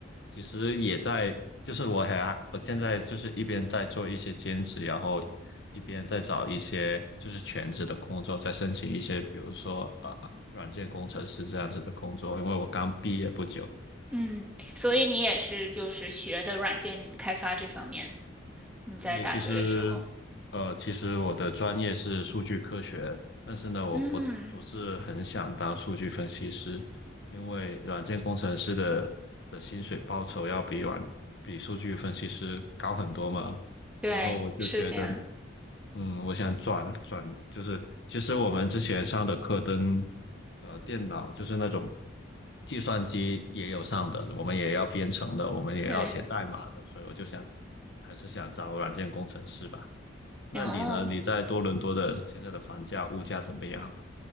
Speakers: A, on the left; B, in the centre.
A: 其实也在，就是我还我现在就是一边在做一些兼职，然后一边在找一些就是全职的工作，在申请一些比如说啊呃软件工程师这样子的工作，因为我刚毕业不久。
B: 嗯，所以你也是就是学的软件开发这方面，你在大学的时候，
A: 对，其实，呃，其实我的专业是数据科学，但是呢，我不不是很想当数据分析师，
B: 嗯，
A: 因为软件工程师的的薪水报酬要比软比数据分析师高很多嘛。
B: 对，
A: 然后我就觉得，
B: 是这样，
A: 嗯，我想转转，就是其实我们之前上的课跟呃电脑，就是那种计算机也有上的，我们也要编程的，我们也要写代码的，
B: 对，
A: 所以我就想还是想找软件工程师吧。那你呢？
B: 哦。
A: 你在多伦多的现在的房价、物价怎么样？